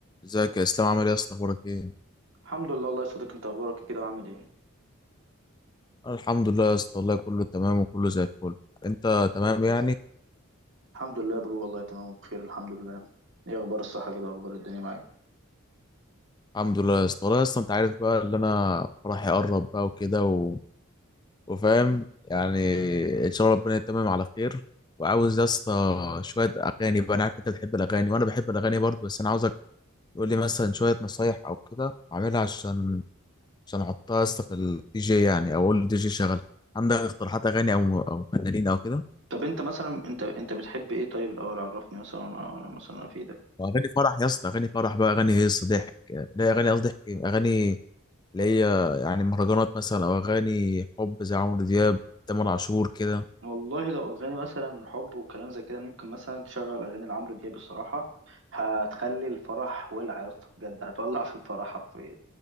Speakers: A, on the left (about 20°); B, on the right (about 60°).
A: ازيك يا اسلام عامل ايه يا اسطى اخبارك ايه
B: الحمد لله والله يا صديقي انت اخبارك إيه كده وعامل ايه
A: أنا الحمد لله يا اسطى والله كله تمام وكله زي الفل انت تمام يعني
B: الحمد لله يا برو والله تمام بخير الحمد لله ايه اخبار الصحه كده اخبار الدنيا معاك
A: الحمد لله يا اسطى والله يا اسطى انت عارف بقى اللي انا فرحي قرب بقى وكده و... وفاهم يعني ان شاء الله ربنا يتمم على خير وعاوز يا اسطى شويه اغاني بقى انا عارف انت بتحب الاغاني وانا بحب الاغاني برضه بس انا عاوزك تقول لي مثلا شويه نصايح او كده اعملها عشان عشان احطها يا اسطى في الدي جي يعني او اقول الدي جي شغل عندك اقتراحات اغاني او او فنانين او كده
B: طب انت مثلا انت انت بتحب ايه طيب الاول عرفني مثلا انا انا مثلا في ده
A: اغاني فرح يا اسطى اغاني فرح بقى اغاني هيصه ضحك لا اغاني قصدي ضحك، اغاني اللي هي يعني مهرجانات مثلا او اغاني حب زي عمرو دياب تامر عاشور كده
B: والله لو اغاني مثلا حب وكلام زي كده ممكن مثلا تشغل اغاني لعمرو دياب الصراحه هتخلي الفرح ولع يا اسطى بجد هتولع في الفرح حرفيا